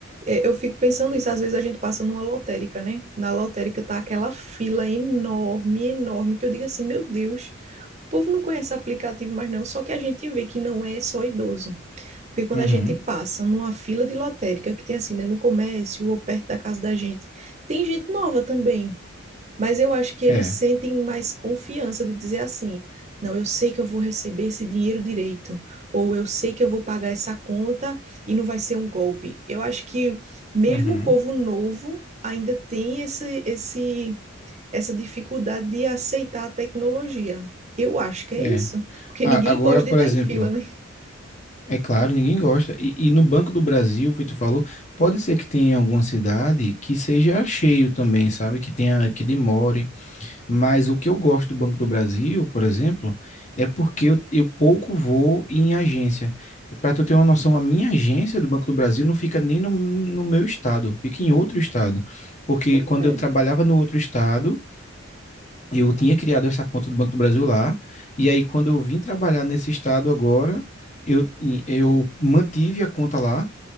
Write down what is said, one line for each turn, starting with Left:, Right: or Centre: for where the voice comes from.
Right: é, eu fico pensando isso, às vezes a gente passa numa lotérica, né? Na lotérica tá aquela fila enorme, enorme, que eu digo assim, meu Deus, o povo não conhece aplicativo mais não, só que a gente vê que não é só idoso. Porque quando
Left: Uhum,
Right: a gente passa numa fila de lotérica, que tem assim, né, no comércio ou perto da casa da gente, tem gente nova também Mas eu acho que eles
Left: É,
Right: sentem mais confiança de dizer assim: não, eu sei que eu vou receber esse dinheiro direito, ou eu sei que eu vou pagar essa conta e não vai ser um golpe. Eu acho que mesmo
Left: uhum.
Right: o povo novo ainda tem esse, esse, essa dificuldade de aceitar a tecnologia. Eu acho que é
Left: é.
Right: isso, porque
Left: A-
Right: ninguém
Left: agora,
Right: gosta
Left: por
Right: de estar
Left: exemplo,
Right: em fila, né?
Left: é claro, ninguém gosta. E, e no Banco do Brasil, o feito tu falou, pode ser que tenha alguma cidade que seja cheio também, sabe? Que tenha, que demore. Mas o que eu gosto do Banco do Brasil, por exemplo, é porque eu, eu pouco vou em agência. Para tu ter uma noção, a minha agência do Banco do Brasil não fica nem no, no meu estado, fica em outro estado. Porque
Right: Por
Left: quando
Right: quê?
Left: eu trabalhava no outro estado, eu tinha criado essa conta do Banco do Brasil lá, e aí quando eu vim trabalhar nesse estado agora, eu, eu mantive a conta lá,